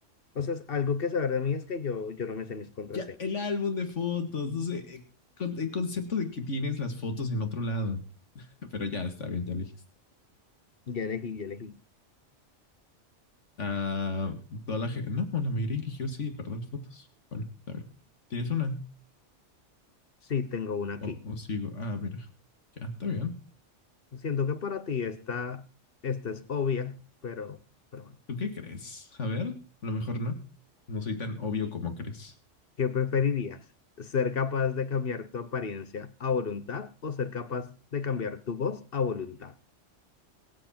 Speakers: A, on the left (about 50°); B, on the left (about 75°).
A: o sea, es algo que saber de mí es que yo, yo no me sé mis contraseñas.
B: Ya, el álbum de fotos. No sé, el concepto de que tienes las fotos en otro lado. <laughs> Pero ya está bien, ya lo dijiste.
A: Ya elegí, ya elegí.
B: Ah, toda la gente, no, la mayoría eligió sí, perder las fotos. Bueno, está bien. ¿Tienes una?
A: Sí, tengo una aquí.
B: O, o sigo. Ah, mira. Ya, está bien.
A: Siento que para ti esta, esta es obvia, pero, pero bueno.
B: ¿Tú qué crees? A ver, a lo mejor no. No soy tan obvio como crees.
A: ¿Qué preferirías? ¿Ser capaz de cambiar tu apariencia a voluntad o ser capaz de cambiar tu voz a voluntad?